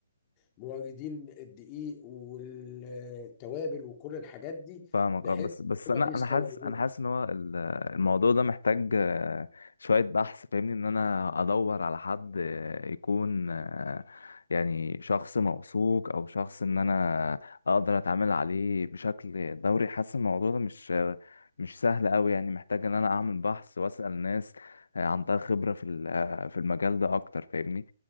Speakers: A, on the left (about 30°); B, on the left (about 85°).
A: موردين الدقيق والتوابل وكل الحاجات دي
B: فاهمك
A: بحيث
B: اه بس بس
A: كنا
B: انا
A: بيستوردوها
B: انا حاسس انا حاسس ان هو ال- الموضوع ده محتاج آه، شويه بحث فاهمني ان انا ادور على حد آه، يكون آه، يعني شخص موثوق او شخص ان انا اقدر اتعامل عليه بشكل دوري حاسس الموضوع ده مش آه، مش سهل قوي يعني محتاج ان انا اعمل بحث واسال ناس آه، عندها خبره في ال- آه، في المجال ده اكتر فاهمني